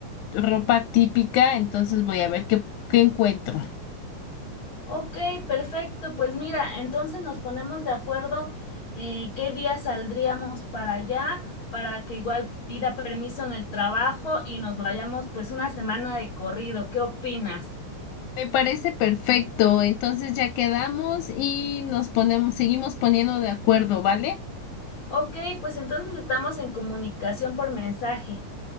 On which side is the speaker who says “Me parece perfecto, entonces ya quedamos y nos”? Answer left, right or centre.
Left